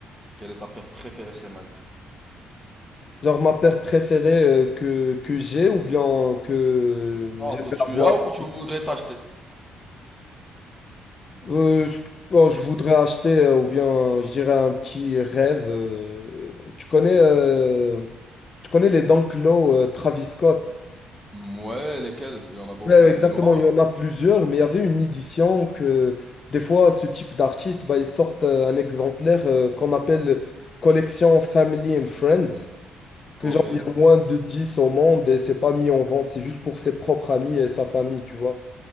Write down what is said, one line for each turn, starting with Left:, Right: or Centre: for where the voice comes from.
Centre: Quelle est ta paire préférée chez Nike?
Left: Genre ma paire préférée euh, que, que j'ai ou bien que
Centre: Non,
Left: j'aimerais
Centre: que tu
Left: avoir.
Centre: as ou que tu voudrais t'acheter?
Left: Euh, ce- que- bon, je voudrais acheter, euh, ou bien, je dirais un petit rêve. euh, euh, tu connais, euh, tu connais les Dunk Low, euh, Travis Scott?
Centre: Ouais, lesquelles? Il y en a beaucoup.
Left: Ouais, exactement,
Centre: Les noirs?
Left: il y en a plusieurs, mais il y avait une édition que des fois, ce type d'artiste, bah, ils sortent euh, un exemplaire euh, qu'on appelle collection Family and Friends, que
Centre: Ok,
Left: genre, il y a moins de 10 au monde et c'est pas mis en vente, c'est juste pour ses propres amis et sa famille, tu vois.